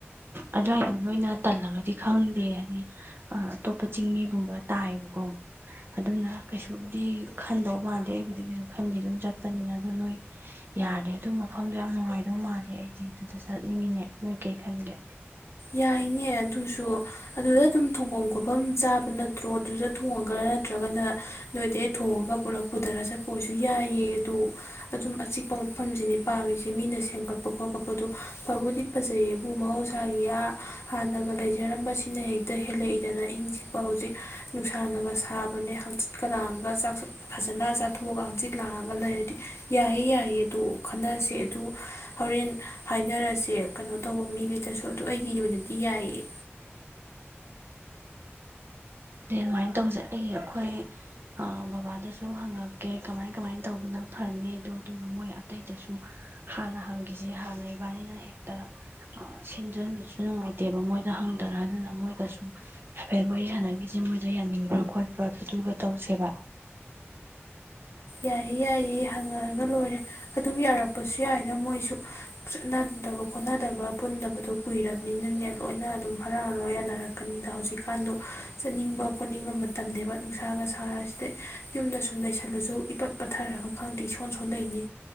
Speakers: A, on the right (about 55°); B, on the left (about 80°).
A: ꯑꯗꯨꯋꯥꯏꯗꯣ ꯅꯣꯏꯅ ꯇꯜꯂꯒꯗꯤ ꯈꯪꯗꯦ ꯍꯥꯏꯗꯤ ꯑꯇꯣꯞꯄ ꯆꯤꯡꯃꯤꯒꯨꯝꯕ ꯇꯥꯏꯌꯦꯕꯀꯣ ꯑꯗꯨꯅ ꯀꯩꯁꯨꯕꯨꯗꯤ ꯈꯟꯗꯧ ꯃꯥꯟꯗꯦ ꯑꯩꯕꯨꯗꯤ ꯀꯩꯁꯨ ꯈꯟꯗꯦ ꯑꯗꯨꯝ ꯆꯠꯄꯅꯤꯅ ꯑꯗꯣ ꯅꯣꯏ ꯌꯥꯔꯗꯤ ꯑꯗꯨ ꯃꯐꯝꯗꯣ ꯌꯥꯝ ꯅꯨꯡꯉꯥꯏꯗꯧ ꯃꯥꯜꯂꯤ ꯑꯩꯗꯤ ꯑꯗꯨꯗ ꯆꯠꯅꯤꯡꯉꯤꯅꯦ ꯅꯣꯏ ꯀꯩ ꯈꯟꯒꯦ
B: ꯌꯥꯏꯅꯦ ꯑꯗꯨꯁꯨ ꯑꯗꯨꯗ ꯑꯗꯨꯝ ꯊꯣꯡꯐꯝ ꯈꯣꯠꯐꯝ ꯆꯥꯕ ꯅꯠꯇ꯭ꯔꯣ ꯑꯗꯨꯗ ꯊꯣꯡꯉꯒ ꯅꯠꯇ꯭ꯔꯒꯅ ꯅꯣꯏꯗꯩ ꯊꯣꯡꯉꯒ ꯄꯨꯂꯞ ꯄꯨꯊꯔ ꯆꯠꯄ ꯑꯣꯏꯁꯨ ꯌꯥꯏꯑ ꯑꯗꯨꯗ ꯑꯗꯨꯝ ꯑꯆꯤꯛꯄ ꯃꯐꯝꯁꯤꯗꯤ ꯄꯥꯝꯃꯤꯁꯤ ꯃꯤꯅ ꯁꯦꯝꯒꯠꯄ ꯈꯣꯠꯀꯠꯄ ꯑꯗꯨ ꯐꯕꯨꯗꯤ ꯐꯖꯩꯌꯦꯕꯨ ꯃꯍꯧꯁꯥꯒꯤ ꯍꯥꯟꯅꯒ ꯂꯩꯖꯔꯝꯕꯁꯤꯅ ꯍꯦꯛꯇ ꯍꯦꯜꯂꯛꯏꯗꯅ ꯏꯪꯆꯤꯛꯄ ꯍꯧꯖꯤꯛ ꯅꯨꯡꯁꯥꯅꯒ ꯁꯥꯕꯅꯦ ꯍꯪꯆꯤꯠꯀ ꯂꯥꯡꯉꯒ ꯆꯥꯛ ꯐꯖꯅ ꯆꯥꯊꯣꯛꯑꯒ ꯍꯪꯆꯤꯠ ꯂꯥꯡꯉꯒ ꯂꯩꯔꯗꯤ ꯌꯥꯏꯌꯦ ꯌꯥꯏꯌꯦ ꯑꯗꯨ ꯈꯟꯅꯁꯦ ꯑꯗꯨ ꯍꯣꯔꯦꯟ ꯍꯥꯏꯅꯔꯁꯦ ꯀꯩꯅꯣ ꯇꯧꯕ ꯃꯤꯈꯩꯗꯁꯨ ꯑꯗꯣ ꯑꯩꯒꯤ ꯑꯣꯏꯅꯗꯤ ꯌꯥꯏꯌꯦ
A: ꯀꯃꯥꯏꯅ ꯇꯧꯁꯦ ꯑꯩ ꯑꯩꯈꯣꯏ ꯕꯕꯥꯗꯁꯨ ꯍꯪꯉꯛꯀꯦ ꯀꯃꯥꯏ ꯀꯃꯥꯏꯅ ꯇꯧꯕꯅ ꯐꯅꯤꯗ ꯑꯗꯨꯒ ꯃꯣꯏ ꯑꯇꯩꯗꯁꯨ ꯍꯥꯟꯅ ꯍꯪꯈꯤꯁꯤ ꯍꯥꯟꯅ ꯏꯕꯥꯅꯤꯅ ꯍꯦꯛꯇ ꯁꯤꯟꯖꯤꯟꯕꯁꯨ ꯅꯨꯡꯉꯥꯏꯇꯦꯕ ꯃꯣꯏꯗ ꯍꯪꯗꯅ ꯑꯗꯨꯅ ꯃꯣꯏꯒꯁꯨ ꯍꯥꯏꯐꯦꯠ ꯋꯥꯔꯤ ꯁꯥꯟꯅꯈꯤꯁꯤ ꯃꯣꯏ ꯌꯥꯅꯤꯡꯕ꯭ꯔꯣ ꯈꯣꯠꯄ꯭ꯔꯣ ꯑꯗꯨꯗꯨꯒ ꯇꯧꯁꯦꯕ
B: ꯌꯥꯏꯌꯦ ꯌꯥꯏꯌꯦ ꯍꯪꯉꯔꯒ ꯂꯣꯏꯔꯦ ꯑꯗꯨꯝ ꯌꯥꯔꯛꯄꯁꯨ ꯌꯥꯏꯗ ꯃꯣꯏꯁꯨ ꯆꯠꯅꯗꯕ ꯈꯣꯠꯅꯗꯕ ꯄꯨꯟꯗꯕꯗꯣ ꯀꯨꯏꯔꯕꯅꯤꯅꯅꯦ ꯂꯣꯏꯅ ꯑꯗꯨꯝ ꯍꯔꯥꯎ ꯍꯔꯥꯎ ꯌꯥꯅꯔꯛꯀꯅꯤꯗ ꯍꯧꯖꯤꯛꯀꯥꯟꯗꯣ ꯆꯠꯅꯤꯡꯕ ꯈꯣꯠꯅꯤꯡꯕ ꯃꯇꯝꯕ ꯅꯨꯡꯁꯥꯒ ꯁꯥꯔꯁꯤꯗ ꯌꯨꯝꯗ ꯁꯨꯝ ꯂꯩꯁꯜꯂꯁꯨ ꯏꯄꯠ ꯄꯠꯊꯔꯒ ꯈꯪꯗꯦ ꯏꯁꯣꯟ ꯁꯣꯟꯗꯣꯏꯅꯤ